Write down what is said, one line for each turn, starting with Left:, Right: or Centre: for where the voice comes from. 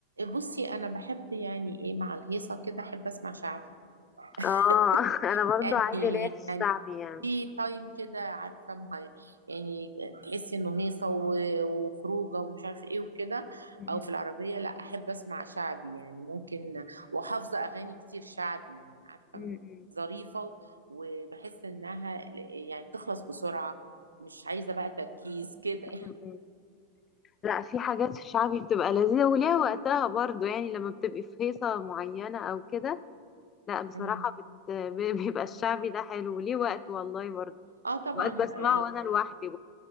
Right: بصي أنا بحب يعني إيه مع الهيصة كده أحب أسمع شعبي
Left: اه
Right: <laughs>
Left: <laughs> انا برضو
Right: يعني
Left: عادي ليا في الشعبي
Right: يعني
Left: يعني
Right: في تايم كده عارفه مه- يعني تحسي انه هيصه و- وخروجه ومش عارفه ايه وكده
Left: م-
Right: او في العربيه لا احب اسمع شعبي يعني ممكن وحافظه اغاني كتير شعبي يعني عارفه
Left: م-
Right: م- ظريفه وبحس انها يعني تخلص بسرعه مش عايزه بقى تركيز كده
Left: م- م. لا في حاجات في الشعبي بتبقى لذيذة وليها وقتها برضو يعني لما بتبقي في هيصة معينة او كده لا بصراحة
Right: امم
Left: بت... <laughs> بيبقى الشعبي ده حلو وليه وقت والله برضو
Right: اه طبعا
Left: وقت بسمعه
Right: لو
Left: وانا لوحدي